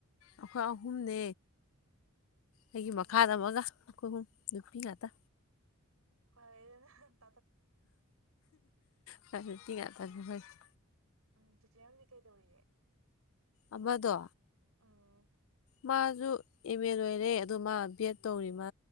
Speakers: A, on the left; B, on the right.
A: ꯑꯥꯈꯣꯏ ꯑꯍꯨꯝꯅꯦ ꯑꯩꯒꯤ
B: ꯎꯝ
A: ꯃꯈꯥꯗ
B: ꯆꯦ
A: ꯑꯃꯒ ꯈꯣꯏꯍꯨꯝ ꯅꯨꯄꯤ ꯉꯥꯛꯇ
B: ꯐꯔꯦ ꯗꯨꯅꯥ
A: ꯍꯣꯏ ꯅꯨꯄꯤ ꯉꯥꯛꯇꯅꯤ ꯑꯈꯣꯏꯗꯤ
B: ꯎꯝ ꯆꯤꯆꯦ ꯑꯃꯗꯤ ꯀꯩꯗꯧꯔꯤꯒꯦ
A: ꯑꯃꯗꯣ
B: ꯎꯝ
A: ꯃꯥꯁꯨ ꯑꯦꯝ ꯑꯦ ꯂꯣꯏꯔꯦ ꯑꯗ‌ꯣ ꯃꯥ ꯕꯤ ꯑꯦꯠ ꯇꯧꯔꯤ ꯃꯥ